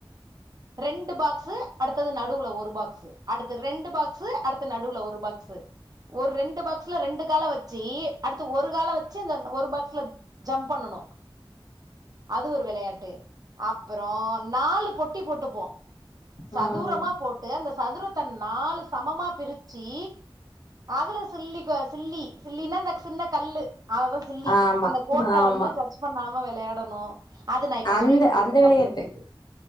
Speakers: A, on the right; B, on the left.
A: ரெண்டு பாக்ஸு அடுத்தது நடுவுல ஒரு பாக்ஸு அடுத்து ரெண்டு பாக்ஸு அடுத்த நடுவுல ஒரு பாக்ஸு ஒரு ரெண்டு பாக்ஸ்ல ரெண்டு கால வச்சு அடுத்து ஒரு கால வச்சு அந்த ஒரு பாக்ஸ்ல ஜம்ப் பண்ணனு அது ஒரு வெளையாட்டு அப்புறோ நாலு பொட்டி போட்டுப்போ சதுரமா
B: ம்.
A: போட் டு அந்த சதுரத்த நாலு சமமா பிரிச்சு அதுல சில்லி கோ சில்லி சில்லினா அந்த சின்ன கல்லு அததா சில்லி
B: ஆமா,
A: அந்த கோட்ட
B: ஆமா.
A: வந்து டச் பண்ணாம வெளையாடணு அது நா இப்ப
B: அந்த
A: சொல்லி் குடுத்
B: அந்த
A: ருக்க
B: விளையாட்டு.
A: புள்ளைங்களுக்கு